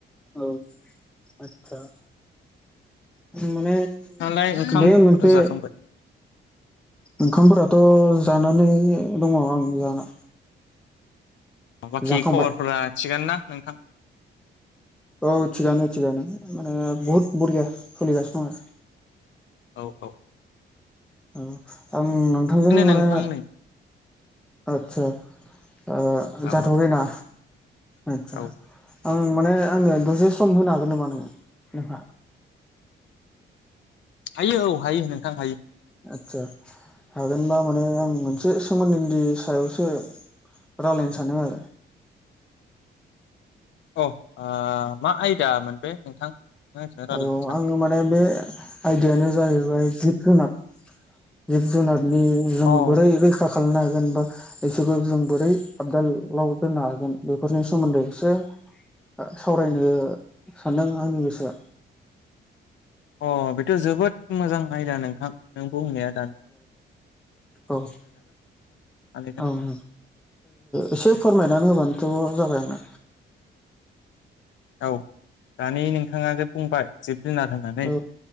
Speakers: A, in the centre; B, on the left.
A: औ आतसा माने
B: नाय ओखाम
A: बे
B: फोरथ'
A: मोनसे
B: जाखांबाय।
A: ओंखामफोराथ' जानानै दङ आं जाना।
B: बाखि
A: जाखांबाय
B: खबरफोरा थिगानो ना नोंथां?
A: औ थिगानो थिगानो माने बहुत बरिया सलिगासिनो दं आरो।
B: औ-औ।
A: ओ आं नोंथांजों माने
B: नोंथां नै
A: आतसा आ
B: औ
A: जाथ'वाखै
B: औ
A: ना? आतचा
B: औ
A: आं माने आङो दसे स सम होनो हागोन नामा नोङो नोंहा?
B: हायो औ हायो नोंथां हायो
A: आतचा हागोनबा माने आं मोनसे सोमोन्दोनि सायावसो रालायनो सानो आं
B: अ ओ मा आयदा मोन बे नोंथां नों आंजों रायलायनो
A: औ औ
B: साननाया
A: आङो माने बे आयदायानो जाहैबाय जिब जुनाद। जिब जुनारनि जों
B: अ
A: बोरै रैखा खालायनो हागोन बा बिसोरखौ जों बोरै आपदालाव दोननो हागोन बेफोरनि सोमोन्दै एसे ओ सावरायनो सानदों आंनि गोसोआ
B: ओ बेथ' जोबोद मोजां आयदा नोंथां नों बुंनाया दान
A: औ
B: सानैजों
A: औ उम एसे फोरमायनानै होबानो थ' जाबाय आंना
B: औ दानि नोंथांआ जे बुंबाय जिब जुनार होनानै
A: औ